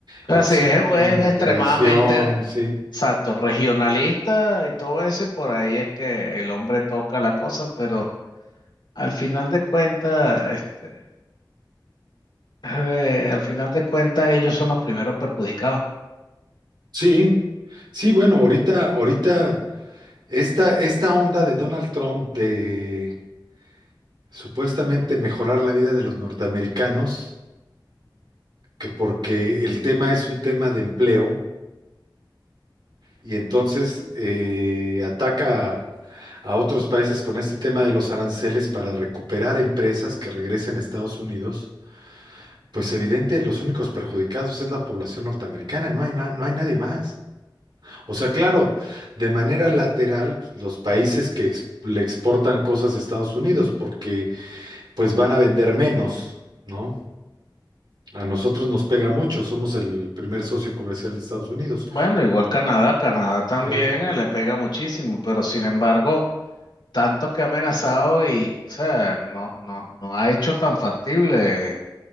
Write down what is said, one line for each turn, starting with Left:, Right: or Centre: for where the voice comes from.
Left: Así
Right: El cine,
Left: es, es
Right: la
Left: extremadamente
Right: televisión, sí.
Left: exacto, regionalista y todo eso, y por ahí es que el hombre toca la cosa, pero al final de cuentas, este, eh, al final de cuentas, ellos son los primeros perjudicados.
Right: Sí, sí, bueno, ahorita, ahorita, esta, esta onda de Donald Trump de supuestamente mejorar la vida de los norteamericanos, que porque el tema es un tema de empleo, y entonces eh, ataca a otros países con este tema de los aranceles para recuperar empresas que regresen a Estados Unidos Pues evidente, los únicos perjudicados es la población norteamericana, no hay, na- no hay nadie más. O sea, claro, de manera lateral, los países que ex- le exportan cosas a Estados Unidos, porque pues van a vender menos, ¿no? A nosotros nos pega mucho, somos el primer socio comercial de Estados Unidos.
Left: Bueno, igual Canadá, Canadá también
Right: ¿eh?
Left: eh, le pega muchísimo, pero sin embargo, tanto que ha amenazado y, o sea, no, no, no ha hecho tan factible